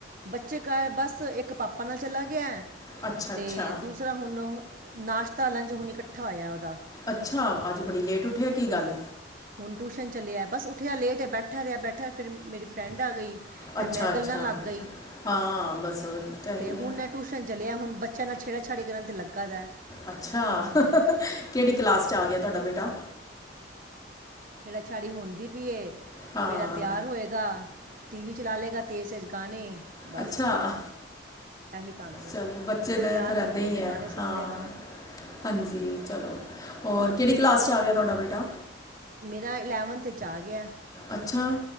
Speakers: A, on the right; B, on the left.
A: ਬੱਚੇ ਘਰ ਬਸ ਇੱਕ ਪਾਪਾ ਨਾਲ ਚਲਾ ਗਯਾ
B: ਅੱਛਾ ਅੱਛਾ
A: ਤੇ ਦੂਸ ਸਰਾ ਹੁਨ ਨਾਸ਼ਤਾ, ਲੰਚ ਹੁਨ ਇਕੱਠਾ ਹੋਇਆ ਓਦਾ।
B: ਅੱਛਾ! ਅੱਜ ਬੜੀ ਲੇਟ ਉਠੇਆ ਕੀ ਗੱਲ
A: ਹੁਨ ਟਿਊਸ਼ਨ ਚੱਲੇਆ ਬਸ ਉੱਠੇਆ ਲੇਟ ਏ ਬੈਠਾ ਰਯਾ, ਬੈਠਾ ਫਿਰ ਮੇਰੀ ਫਰੈਂਡ ਆ ਗਈ। ਫਿਰ
B: ਅੱਛਾ-ਅੱਛਾ,
A: ਮੈਂ ਗੱਲਾਂ ਲੱਗ ਗਈ
B: ਹਾਂ ਬਸ ਓ ਤਾਂ ਹੈ
A: ਤੇ
B: ਈ
A: ਹੁਣ
B: ਐ।
A: ਇਹ ਟਿਊਸ਼ਨ ਚਲਿਆ ਹੁਣ ਬੱਚਿਆਂ ਨਾਲ ਛੇੜਾ ਛਾੜੀ ਕਰਨ ਤੇ ਲੱਗਾ ਦਾ
B: ਅੱਛਾ, ਕਿਹੜੀ ਕਲਾਸ 'ਚ ਆ ਗਿਆ ਤੁਹਾਡਾ ਬੇਟਾ।
A: ਛੇੜਾ -ਛਾੜੀ ਹੁੰਦੀ ਪਈਏ,
B: ਹਾਂ
A: ਫਿਰ ਅ ਤਿਆਰ ਹੋਏਗਾ ਟੀ ਵੀ ਚਲਾ ਲਏਗਾ ਤੇਜ਼- ਤੇਜ਼ ਗਾਣੇ। ਬਸ
B: ਅੱਛਾ
A: ਇਹੀ ਕੰਮ ਨੇ
B: ਚਲੋ ਬੱਚੇ ਤਾਂ
A: ਤਿਆਰ
B: ਫਿਰ ਐਦਾਂ
A: ਹੁੰਦੇ-
B: ਹੀ
A: ਹੁੰਦੇ
B: ਹੈ
A: ਗਾਣੇ ਸੁਣ
B: ਹਾਂ
A: ਲਏਗਾ। <inaudible>
B: ਹਾਂਜੀ ਚਲੋ, ਹੋਰ ਕਿਹੜੀ ਕਲਾਸ 'ਚ ਆ ਗਿਆ ਤੁਹਾਡਾ ਬੇਟਾ।
A: ਮੇਰਾ ਇਲੈਵਨਥ ' ਏਚ ਆ ਗਿਆ।
B: ਅੱਛਾ